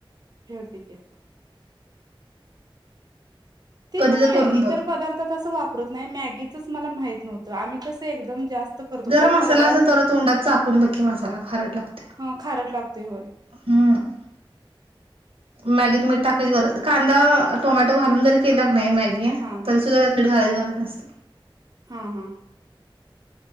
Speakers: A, on the right; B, on the right.
A: ठेवते की ते
B: कधी
A: मी
B: तर करून
A: इतर
B: बघ
A: पदार्थतच वापरत नाही मॅगीतच मला माहित नव्हतं आम्ही कसं एकदम जास्त करत होतो
B: जरा मसाला
A: परवा
B: असं जरा तोंडात चाकून बघ की मसाला खारट लागतोय
A: ह खारट लागते होय
B: हम्म मॅगीत मीठ टाकायची गरज कांदा टोमॅटो घालून जरी केलं की नाही मॅगी
A: हा
B: तरी सुद्धा त्यात मीठ घालायची गरज नसते
A: हा, हा